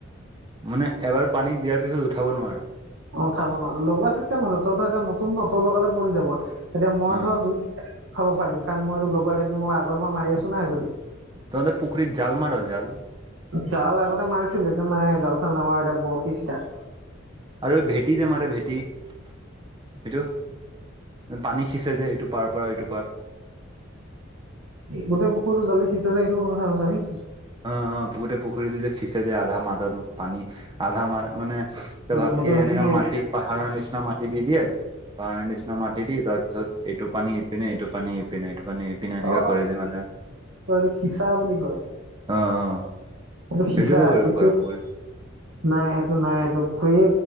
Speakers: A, on the right; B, on the right.
A: মানে এবাৰ পানীত দিয়াৰ পিছত উঠাব নোৱাৰো।
B: অ', চাব ন লগোৱা চিষ্টেম আছে, ত ধ এতিয়া নতুন ন ত লগালে পৰি যাব, এতিয়া মই
A: অ
B: ধৰ দুই খাব পাৰিম। কাৰণ মই লগাই লাগি মই আগৰ পৰা মাৰি আছো নাই সেইটোদি।
A: তহতে পুখুৰীত জাল, মাৰ জাল।
B: জাল আগতে মাৰিছিলো, এতিয়া নাই জাল চাল নামাৰো এতিয়া বৰশী চিধা।
A: আৰু ভেটি যে মাৰে ভেটি? সেইটো পানী সিচে যে এইটো পাৰ পৰা এইটো পা
B: গোটেই পুখুৰীটো জল্দি সিঁচে যে সেইটো কথা কৈছা নেকি?
A: অ', অ' গোটেই পুখুৰীটো যে খিচে যায় আধা, মাতত পানী আধা মা মানে কি ভাব
B: সেইটো
A: কি?
B: সেইটো
A: এনেকা মাটি পাহাৰৰ নিচিনা মাটি দি দিয়ে। পাৰ নিচিনা মাটি দি তাৰ পিছত এইটো পানী এপিনে, এইটো পানী ইপিনে এইটো মানে এইপিনে এনেকা
B: অ
A: কৰে, যে মানে।
B: এইটো সিঁচা বুলি কয়।
A: অ', অ'
B: এইটো সিঁচা
A: সেইটোয়তো কৰিব
B: সিঁচো
A: পাৰো, পুখুৰী
B: নাই সেইটো, নাই সেইটো পুখুৰী,